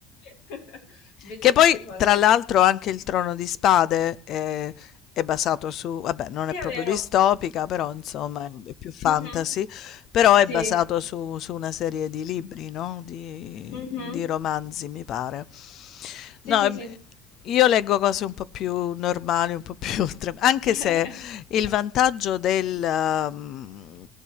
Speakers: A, on the left (about 65°); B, on the left (about 45°).
A: <laughs> Bellissimo
B: Che poi,
A: Hunger
B: tra l'altro, anche il Trono di Spade è, è basato su, vabbè, non
A: Sì,
B: è proprio
A: è vero.
B: distopica, però insomma è, è più fantasy,
A: Mhm.
B: però è
A: Sì.
B: basato su, su una serie di libri, no? Di,
A: Mhm.
B: di romanzi, mi pare.
A: Sì,
B: No,
A: sì,
B: è,
A: sì. sì.
B: io leggo cose un po' più normali, un po' più <laughs> tran anche
A: <laughs>
B: se il vantaggio del mhmm,